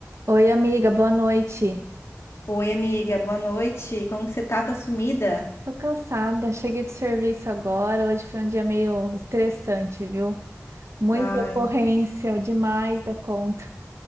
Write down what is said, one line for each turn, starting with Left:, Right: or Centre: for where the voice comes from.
Right: Oi, amiga, boa noite.
Left: Oi, amiga, boa noite. Como que você tá? Tá sumida?
Right: Tô cansada, cheguei do serviço agora. Hoje foi um dia meio estressante, viu? Muita
Left: Ai,
Right: ocorrência, demais da conta.